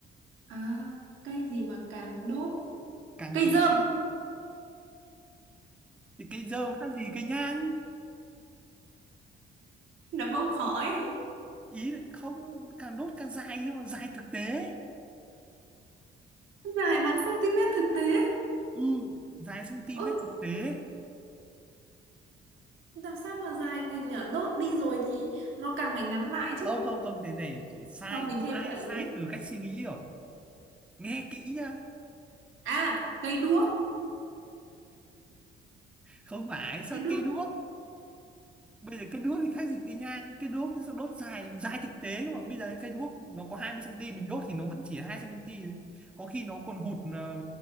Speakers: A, on the right; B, in the centre.
A: À, cây gì mà càng đốt?
B: càng
A: Cây
B: dài
A: dơm.
B: thì cây dơ khác gì cây nhang
A: nó bốc khói
B: ý là không càng đốt càng dài nhưng mà dài thực tế
A: Dài bằng cm thực tế.
B: ừ dài cm
A: Ôi,
B: thực tế
A: làm sao mà dài được nhở? Đốt đi rồi thì nó càng phải ngắn lại chứ.
B: không không không thế này chỉ sai
A: Cho mình
B: sai
A: thêm gợi
B: sai
A: ý.
B: từ cách suy nghĩ rồi nghe kỹ nhá
A: À, cây đuốc.
B: không phải sao
A: Cây đuốc
B: cây đuốc bây giờ cây đuốc thì khác gì cây nhang cây đuốc thì sao đốt dài dài thực tế cơ mà bây giờ cây đuốc nó có 20 cm mình đốt thì nó vẫn chỉ 2 cm thôi. có khi nó còn hụt ờ,